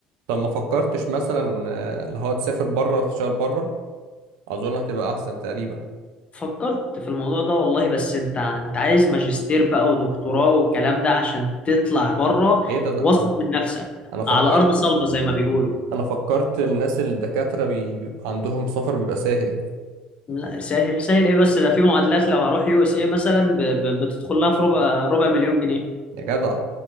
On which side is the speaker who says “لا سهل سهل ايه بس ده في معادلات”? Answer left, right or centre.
Left